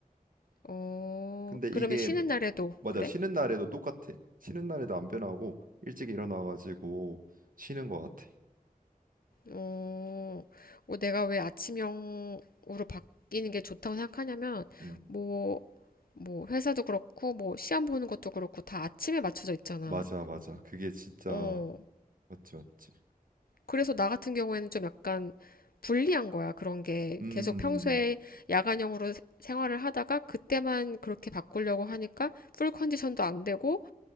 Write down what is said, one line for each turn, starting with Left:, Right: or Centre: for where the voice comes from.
Left: 어,
Right: 근데 이게
Left: 그러면 쉬는 날에도
Right: 맞아
Left: 그래?
Right: 쉬는 날에도 똑같아. 쉬는 날에도 안 변하고 일찍 일어나가지고 쉬는 거 같아.
Left: 어, 뭐 내가 왜 아침형으로 바뀌는 게 좋다고 생각하냐면,
Right: 음
Left: 뭐, 뭐, 회사도 그렇고, 뭐, 시험 보는 것도 그렇고, 다 아침에 맞춰져 있잖아.
Right: 맞아 맞아 그게 진짜
Left: 어,
Right: 맞지 맞지.
Left: 그래서 나 같은 경우에는 좀 약간 불리한 거야, 그런 게.
Right: 음
Left: 계속 평소에
Right: 음,
Left: 야간형으로 세- 생활을 하다가, 그때만 그렇게 바꾸려고 하니까, 풀 컨디션도 안 되고,